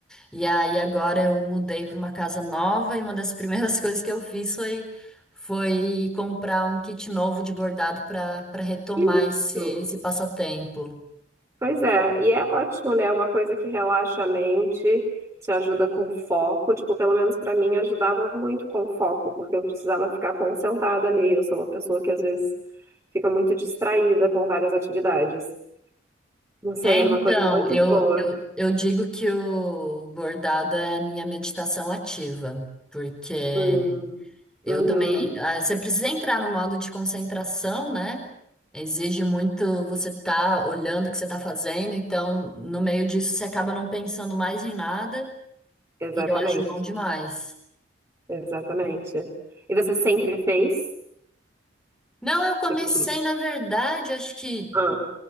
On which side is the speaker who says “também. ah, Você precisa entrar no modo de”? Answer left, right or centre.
Centre